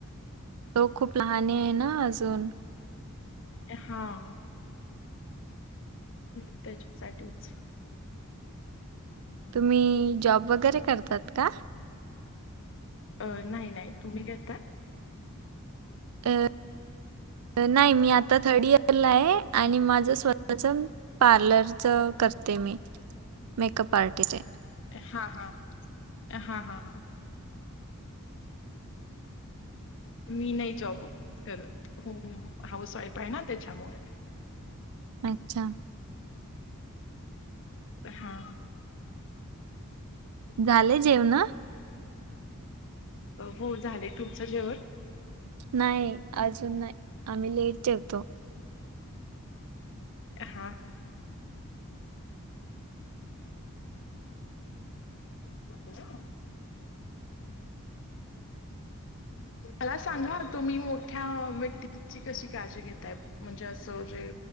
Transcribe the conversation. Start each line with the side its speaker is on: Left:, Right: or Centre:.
Right: तो खूप लहान आहे ना अजून.
Left: हा. हम् त्याच्यासाठीच.
Right: तुम्ही जॉब वगैरे करतात का?
Left: अ नाही नाही तुम्ही घेतता.
Right: अ नाही मी आता थर्ड इयरला आहे आणि माझ स्वतःच पार्लर च करते मी मेकअप आर्टीचे
Left: हां हां हां हां हां. मी नाही जॉब करत हो हाऊस वाईफ आहे ना त्याच्यामुळे
Right: अच्छा.
Left: हा.
Right: झाले जेवन.
Left: हो झालंय तुमचं जेवण.
Right: नाही अजून नाही आम्ही लेट जेवतो.
Left: हा ह. ह मला सांगा तुम्ही मोठ्या व्यक्तींची कशी काळजी घेताय. म्हणजे असं जे